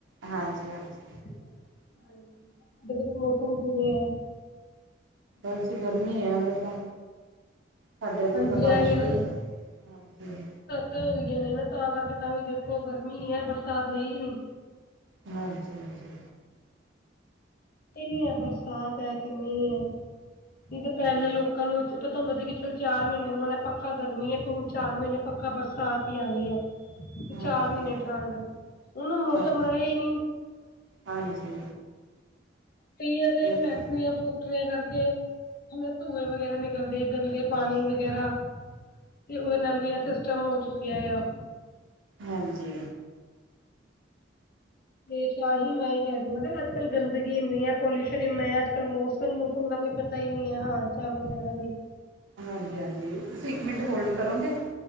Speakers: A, on the right; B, on the left.
A: ਹਾਂਜੀ ਹਾਂਜੀ
B: ਹਾਂਜੀ ਉਧਰ ਦਾ ਮੌਸਮ ਕਿਵੇਂ ਆ
A: ਅੱਜ ਗਰਮੀ ਆ ਹਾਲੇ ਤਾਂ ਸਾਡੇ ਇੱਧਰ
B: ਹਾਂਜੀ
A: ਤਾਂ ਬਾਰਿਸ਼
B: ਆਹੀ
A: ਵੀ ਨਹੀਂ, ਹਾਂਜੀ
B: ਤੋਂਈ ਜਾਂਨੇ ਨਾ ਤਾਂ ਕਰਕੇ ਤਾਂ ਵੀ ਦੇਖੋ ਗਰਮੀ ਹੈ ਬਰਸਾਤ ਹੈ ਹੀ ਨੀ।
A: ਹਾਂਜੀ, ਹਾਂਜੀ, ਹਾਂਜੀ।
B: ਏਨੀ ਐ ਬਰਸਾਤ ਐ ਕੀ ਮਈ ਐ, ਨਈ ਤੇ
A: ਹਾਂਜੀ
B: ਪੈਲੇ ਲੋਕਾਂ ਨੂੰ ਚ ਤੇ ਪਤਾ ਹੁੰਦਾ ਸੀ ਕਿ ਚੱਲ ਚਾਰ ਮਹੀਨੇ ਹੂਨ ਐ ਪੱਕਾ ਗਰਮੀ ਐ ਤੇ ਹੁਨ ਚਾਰ ਮਹੀਨੇ ਪੱਕਾ ਬਰਸਾਤ ਈ ਆਨੀ ਐ।
A: ਹਾਂਜੀ
B: ਚਾਰ ਮੀਂਨ੍ਹੇ ਠੰਡ, ਹੁਨ ਓ ਮੌਸਮ
A: ਹਾਂ
B: ਰਹੇ ਈ ਨੀ।
A: ਹਾਂਜੀ।
B: ਕਈ ਏਦੇ
A: ਇਹ
B: ਫੈਕਟਰੀਆਂ
A: ਤਾਂ
B: ਫੁਕਟਰੀਆਂ ਕਰਕੇ ਹੈਨਾ ਧੂੰਏ ਵਗੈਰਾ ਨਿਕਲਦੇ, ਗੰਦੇ ਪਾਨੀ ਵਗੈਰਾ ਤੇ ਓਦੇ ਨਾਲ ਵੀ ਐ ਸਿਸਟਮ ਹੋ ਚੁੱਕਿਐ ਐਯਾ।
A: ਹਾਂਜੀ।
B: ਵੇਖ ਲੈ ਆਹੀ ਮੈਂ ਈ ਕਿਆ ਸੀ ਹੈਨਾ ਅੱਜ-ਕੱਲ ਗੰਦਗੀ ਏਨੀਂ ਐ, ਪੋਲਿਊਸ਼ਨ ਏਨਾਂ ਐ ਏੱ ਥੇ ਮੌਸਮ ਮੂਸਮ ਦਾ ਕੋਈ ਪਤਾ ਈ ਨੀ ਐ ਹਾਲ ਚਾਲ ਵਗੈਰਾ ਵੀ
A: ਹਾਂਜੀ-ਹਾਂਜੀ, ਤੁਸੀਂ ਇੱਕ ਮਿੰਟ ਹੋਲਡ ਕਰੋਗੇ?